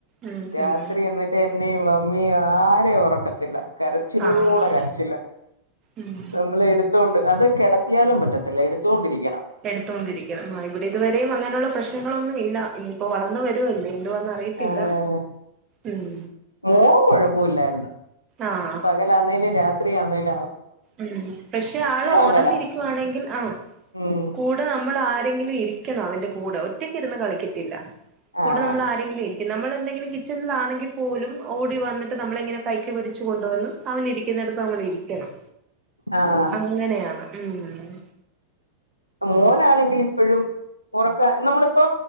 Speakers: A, on the right; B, on the left.
A: ഉം
B: രാത്രി
A: ഉം
B: എന്നിട്ട് എന്നെയും അമ്മിയെയും ആരെയും ഉറക്കത്തില്ല കരച്ചിലൂടെ
A: ആഹ്
B: കരച്ചില്ല
A: ഉം
B: നമ്മൾ എടുത്തൊണ്ട് അത് കിട എത്തിയാലും പറ്റത്തില്ല എടുത്തൊണ്ടിരിക്കാണ്
A: എടുത്തുകൊണ്ടിരിക്കണം ആ ഇവിടെ ഇതുവരെയും അങ്ങനെയുള്ള പ്രശ്നങ്ങളൊന്നും ഇല്ല ഇനിയിപ്പോ വളർന്ന് വരുവല്ലേ എന്തുവാന്ന് അറിയത്തില്ല
B: ആഹ്
A: ഉം
B: മോൻ കൊഴപ്പവല്ലായിരുന്ന
A: ആഹ്
B: പകലാന്നേലും രാത്രി ആന്നേലും
A: ഉം പക്ഷെ ആള് ഓണന്നിരിക്കുവാണെങ്കിൽ
B: അങ്ങനാ
A: ആഹ്
B: ഉം
A: കൂടെ നമ്മൾ ആരെങ്കിലും ഇരിക്ക കളോ അവന്റെ കൂടെ ഒറ്റക്ക് ഇരുന്ന് കളിക്കത്തില്ല കൂടെ
B: ആഹ്
A: നമ്മൾ ആരെങ്കിലും ഇരിക്കുണം നമ്മളെന്തെങ്കിലും കിച്ചണിലാണെങ്കിൽ പോലും ഓടി വന്നിട്ട് നമ്മള എങ്ങനെ കൈക്ക് പിടിച്ച് കൊണ്ടുവന്ന് അവനിരിക്കുന്നിടുത്ത് നമ്മൾ ഇരിക്കണം
B: ആഹ്
A: അങ്ങനെയാണ് ഉം
B: മോനാണെങ്കിൽ ഇപ്പോഴും ഉറക്ക നമ്മളിപ്പോ